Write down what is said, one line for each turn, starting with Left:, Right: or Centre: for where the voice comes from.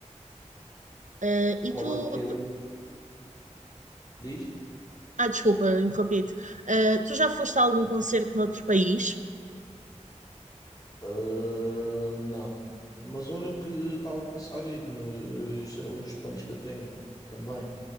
Right: Eh, e
Left: Qual
Right: tu,
Left: é que é o...
Right: tu-
Left: Diz?
Right: Ah, desculpa, interrompi-te. Eh, tu já foste a algum concerto noutro país?
Left: Ah, não. Mas olha que estava a pensar ir, no- isso era um dos planos que eu tenho também.